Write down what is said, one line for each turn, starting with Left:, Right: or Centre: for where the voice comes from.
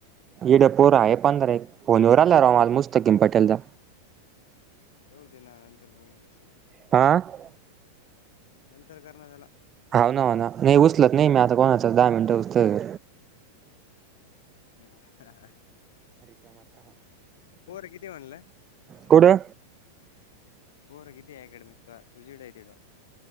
Right: ईड पोर आहे पंधरा आहेत फोनवर आला रा माल मुस्तकीम पाटेलदा
Left: राहू दे ना नंतर बोलीन त्या सोबत.
Right: आ.
Left: नंतर करणा त्याला.
Right: हाव ना हो ना नाही उचलत नाही मी आता कोणाचा दहा मिनिटं हुसतर.
Left: हम ह पोरं किती म्हणलं?
Right: कुठं?
Left: पोरगी तीयाकड मिता तुझी डाय दिडो.